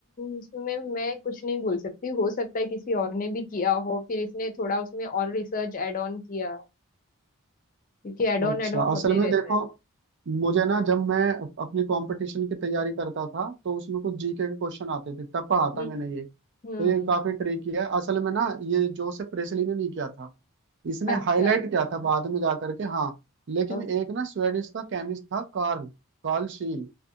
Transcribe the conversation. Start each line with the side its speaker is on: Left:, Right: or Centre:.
Left: उसमें मैं कुछ नहीं बोल सकती हो सकता है किसी और ने भी किया हो फिर इसने थोड़ा उसमें और रिसर्च एड ऑन किया हो, क्योंकि एड
Right: अच्छा
Left: ऑन एड ऑन होते
Right: असल में
Left: रहता
Right: देखो
Left: है
Right: मुझे ना जब मैं अप- अपनी कंपटीशन की तैयारी करता था तो उसमें कुछ जीके के क्वेश्चन आते थे तब पढ़ा
Left: हम्म
Right: था मैंने ये तो
Left: हम्म
Right: ये काफी ट्रिकी है असल में ना ये जोसेफ प्रेसली ने नहीं किया था इसने
Left: अच्छा
Right: हाईलाइट किया था बाद में जा करके हाँ लेकिन
Left: ओके
Right: एक ना स्वेडिश का केमिस्ट था कार्ल कार्ल शील